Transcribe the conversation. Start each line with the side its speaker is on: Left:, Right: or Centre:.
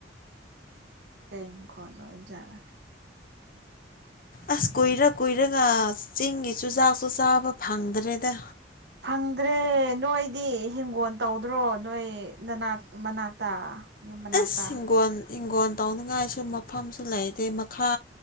Right: ꯀꯩ ꯃꯈꯣꯟ ꯑꯣꯏꯕ ꯖꯥꯠꯔꯥ
Left: ꯑꯁ ꯀꯨꯏꯔ ꯀꯨꯏꯔꯒ ꯆꯤꯡꯒꯤ ꯆꯨꯖꯥꯛꯁꯨ ꯆꯥꯕ ꯐꯪꯗ꯭ꯔꯦꯗ
Right: ꯐꯪꯗ꯭ꯔꯦ ꯅꯣꯏꯗꯤ ꯍꯤꯡꯒꯣꯟ ꯇꯧꯗ꯭ꯔꯣ ꯅꯣꯏ ꯅꯅꯥꯛ ꯃꯅꯥꯛꯇ ꯌꯨꯝ ꯃꯅꯥꯛꯇ
Left: ꯑꯁ ꯍꯤꯡꯒꯣꯟ ꯍꯤꯡꯒꯣꯟ ꯇꯧꯅꯤꯡꯉꯥꯏꯁꯨ ꯃꯐꯝꯁꯨ ꯂꯩꯗꯦ ꯃꯈꯥ